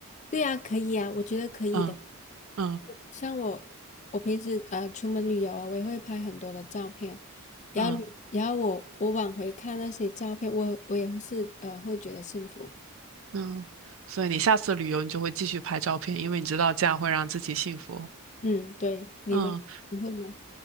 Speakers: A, on the left; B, on the right.
A: 对呀，可以啊，我觉得可以的。
B: 嗯嗯
A: 像我，我平时呃出门旅游啊，我也会拍很多的照片，然后旅然后我我往回看那些照片，
B: 嗯
A: 我我也会是呃会觉得幸福。
B: 嗯。所以你下次旅游，你就会继续拍照片，因为你知道这样会让自己幸福。
A: 嗯，对，你呢？
B: 嗯。
A: 你会吗？